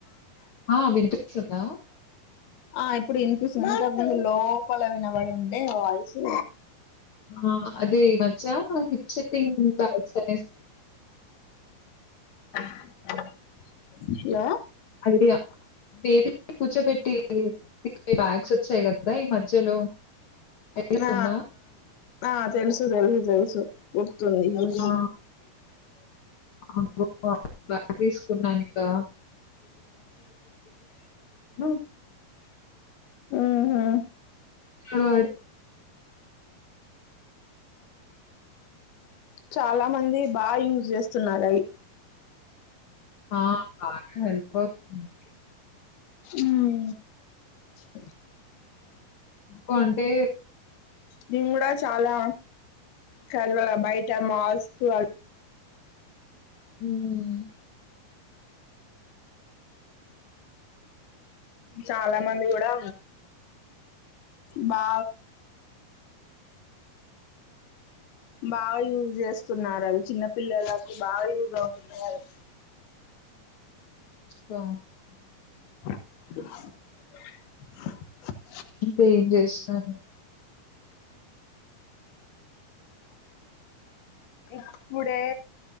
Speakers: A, on the left; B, on the left.
A: ఆ వినిపిస్తుందా
B: ఆ ఇప్పుడు ఇనిపిస్తుంది ఇంతకముందు లోపల వినబడి ఉండే వాయిసు
A: ఆ అదీ ఈ మధ్యా హిప్ సిట్టింగ్ బ్యాక్స్ అనేస్
B: హలో
A: ఐడియా బేబీ నీ కూర్చోబెట్టి బ్యాగ్స్ వచ్చాయి గదా ఈ మధ్యలో ఐడియా
B: ఆ
A: ఉందా
B: ఆ తెలుసు తెలుసు తెలుసు గుర్తుంది ఉంది
A: ఆ! అబ్బో! ఆ బ్యాగ్ తీసుకున్నానె గ <inaudible>
B: ఊహు
A: వాడ
B: చాలా మంది బాగా యూజ్ చేస్తున్నారు అయి
A: ఆ! బాగా హెల్ప్ అవుతుంది.
B: ఉమ్ ఉ
A: ఇంక అంటే
B: నీన్ గూడ చాలా కల్వల బయట మాస్కు
A: హుమ్
B: చాలా మంది కూడా బా బాగా యూజ్ చేస్తున్నారు అవి చిన్న పిల్లలకు బాగా యూజ్ అవుతున్నయవి
A: కా
B: ఉమ్
A: అంటే ఏం చేస్తున్నాను
B: ఇప్పుడే